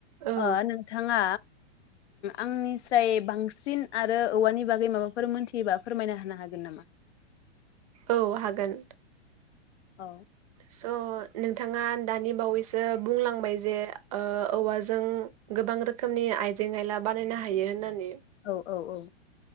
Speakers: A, on the right; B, on the left.
A: औ
B: अ नोंथाङा आंनिस्राय बांसिन सिन आरो औवानि बागै माबा फोर मोन फैबा फोरमायना होनो हागोन नामा
A: औ हागोन
B: औ
A: स' नोंथाङा दानि बावैसो बुंलांबाय जे औवाजों गोबां रोखोमनि आइजें आयला बानायनो हायो होननानै
B: औ औ औ